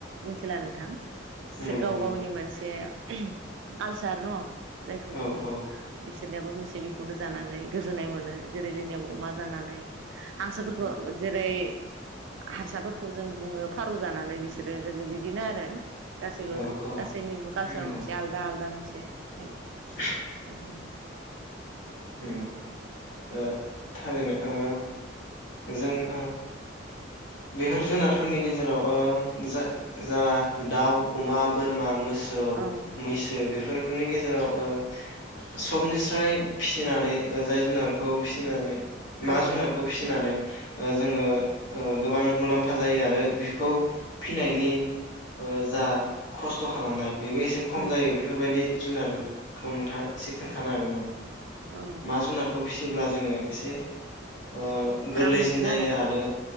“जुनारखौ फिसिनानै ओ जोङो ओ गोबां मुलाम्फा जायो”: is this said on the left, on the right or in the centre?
Left